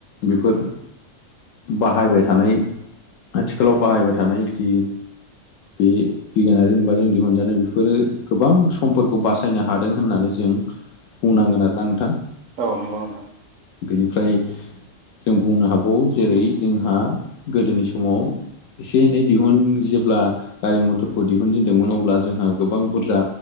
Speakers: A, on the left; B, on the right.
A: बेफोर बाहायबाय थानाय आथिखालाव बाहायबाय थानाय जि बे बिगियानारि मुगाजों दिहुनजानाय बेफोरो गोबां समफोरखौ बासायनो हादों होननानै जों बुंनांगोन आरोना नोंथां
B: औ नंगौ नोंथां
A: बेनिफ्राय जों बुंनो हागावो जेरै जोंहा गोदोनि समाव एसे एनै दिहुन जेब्ला गारि मथरखौ दिहुनजेनदोंमोन अब्ला जोंहा गोबां बुरजा